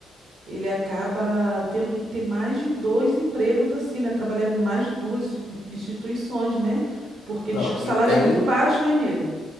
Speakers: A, on the right; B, on the left.
A: Ele acaba tendo que ter mais de dois empregos, assim, né? Trabalhar em mais de duas i- instituições, né? Porque
B: não,
A: diz que o salário
B: e tem
A: é muito baixo, né, amigo?